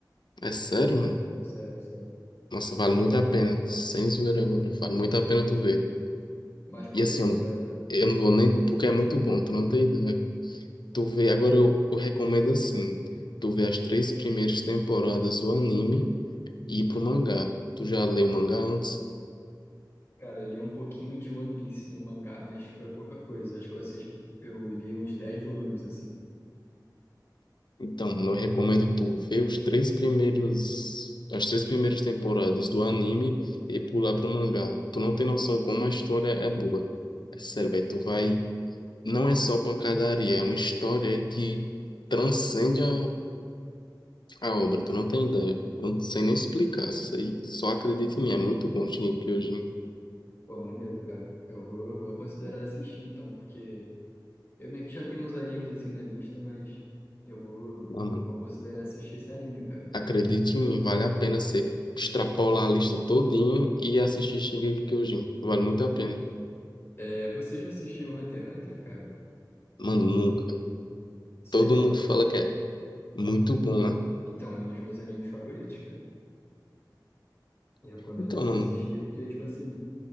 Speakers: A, on the left; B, on the left.
A: É sério, mano?
B: Sério, sério.
A: Nossa, vale muito a pena. Sem zoeira agora, vale muito a pena tu ver.
B: Mas por
A: E assim,
B: que
A: eu
B: que
A: não,
B: vale a pena?
A: eu não vou nem... Porque é muito bom, tu não tem ideia. Tu vê, agora eu, eu recomendo assim, tu vê as três primeiras temporadas do anime e ir pro mangá. Tu já leu o mangá antes?
B: Cara, eu li um pouquinho de One Piece no mangá, mas foi pouca coisa. Acho que eu, assisti... eu li uns 10 volumes, assim.
A: Então, mano, eu recomendo tu ver os três primeiros, as três primeiras temporadas do anime e pular pro mangá. Tu não tem noção como a história é boa. É sério, velho, tu vai. Não é só pancadaria, é uma história aí que transcende a, a obra. Tu não tem ideia. Eu não sei nem explicar isso aí. Só acredita em mim, é muito bom, Shingeki Kyojin.
B: Pô, maneiro, cara. Eu vou, eu vou considerar assistir então, porque eu meio que já tenho uns animes assim na lista, mas eu vou,
A: Ah, mano.
B: vou considerar assistir esse anime, cara.
A: Acredite em mim, vale a pena você extrapolar a lista todinho e assistir Shingeki no Kyojin. Vale muito a pena.
B: É, você já assistiu Hunter x Hunter, cara?
A: Mano, nunca.
B: Isso
A: Todo
B: aí é
A: mundo
B: um...
A: fala que é muito bom, né?
B: Então, é um dos meus animes favoritos, cara. Eu recomendo
A: Então,
B: você
A: mano,
B: assistir, porque, tipo assim,